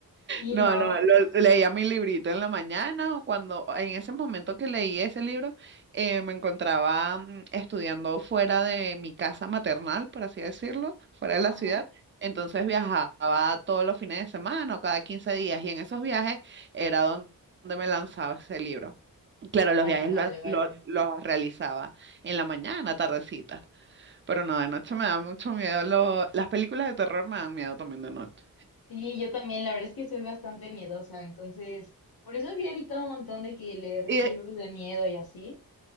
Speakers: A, on the left; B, on the right.
A: sí,
B: No,
A: no.
B: no, lo- leía mi librito en la mañana o cuando, en ese momento que leí ese libro, eh, me encontraba mm, estudiando fuera de mi casa maternal, por así decirlo, fuera de la
A: Ajá.
B: ciudad. Entonces viajaba todos los fines de semana o cada 15 días y en esos viajes era don- donde me lanzaba ese libro. Claro, los
A: Ah,
B: viajes
A: vale,
B: lo
A: vale.
B: lo- los realizaba en la mañana, tardecita, pero no, de noche me da mucho miedo. lo- las películas de terror me dan miedo también de noche.
A: Sí, yo también, la verdad es que soy bastante miedosa, entonces, por eso había evitado un montón de que leer
B: Y,
A: libros de miedo y así,